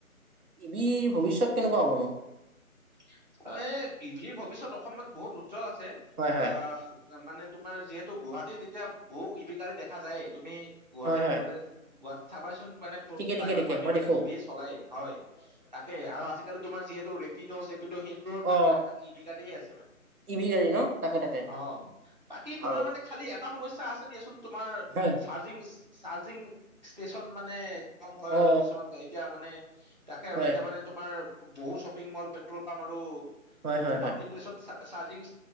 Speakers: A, on the right; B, on the right.
A: ই ভিৰ ভৱিষ্যত কেনেকুৱা হ'বনো?
B: এই ই ভিৰ ভৱিষ্যত অসমত বহুত উজ্জ্বল আছে।
A: হয় হয়
B: আহ মানে তোমাৰ যিহেতু গুৱাহাটীত এতিয়া বহু ই ভি গাড়ী দেখা যায়ে। তুমি গুৱাহাটীত
A: হয় হয়
B: গ'লে গুৱাহাটীত চাবাচোন মানে
A: ঠিকে
B: প্ৰায়ভাগ
A: ঠিকে ঠিকে
B: মানুহে
A: মই
B: মানে
A: দেখো
B: ই ভি এ চলাই হয়। তাকে আৰু আজিকালি তোমাৰ যিহেতু ৰেপিড' চে সেইবোৰৰ
A: অ
B: প্ৰায়ভাগ ই ভি গাড়ীয়ে আছে মানে।
A: ই ভি গাডী ন, তাকে তাকে।
B: অঁ, বাকী তোমাৰ
A: আৰু
B: মানে খালি এটা সমস্যা আছে দিয়াচোন তোমাৰ
A: হয়
B: চাৰ্জিং চাৰ্জিং ষ্টেচন মানে কম হয়
A: অ
B: আৰু, কিছুমান গাড়ী এতিয়া মানে তাকে আৰু
A: হয়
B: এতিয়া মানে তোমাৰ বহু শ্বপিং মল, পেট্ৰল পাম্প আৰু
A: হয় হয় হয়
B: পাব্লিক প্লেচত চা চাৰ্জিং